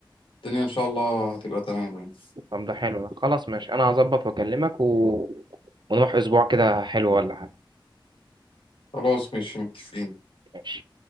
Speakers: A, on the left (about 80°); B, on the right (about 60°).
A: إن شاء الله هتبقى تمام يعني
B: طب ده حلو ده خلاص ماشي انا هظبط واكلمك و... ونروح اسبوع كده حلو ولا حاجه
A: خلاص ماشي متفقين
B: ماشي